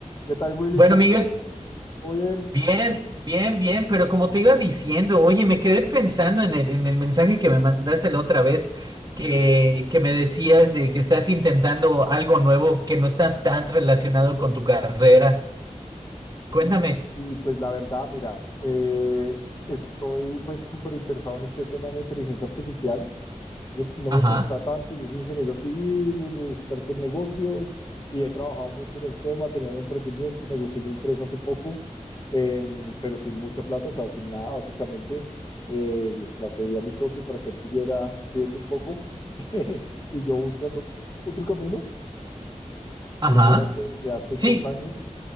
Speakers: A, on the left; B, on the right.
A: ¿Qué tal, Willy?
B: Bueno,
A: ¿Cómo
B: Miguel,
A: vas? ¿Todo bien?
B: bien, bien, bien, pero como te iba diciendo, oye, me quedé pensando en el, en el mensaje que me mandaste la otra vez, que, que me decías de que estás intentando algo nuevo que no está tan relacionado con tu carrera. Cuéntame.
A: Sí, y pues la verdad, mira, eh, estoy pues súper interesado en este tema de la inteligencia artificial. Yo no
B: Ajá,
A: me interesa tanto, yo soy ingeniero civil, experto en negocios y he trabajado mucho en el tema, tenía un emprendimiento, negocié mi empresa hace poco, em, pero sin mucha plata, o sea, sin nada, básicamente. Eh, se la cedí a mi socio para que él siguiera sufriendo un poco <laughs> y yo buscando otro camino.
B: ajá,
A: Pero mira que desde hace
B: sí,
A: dos años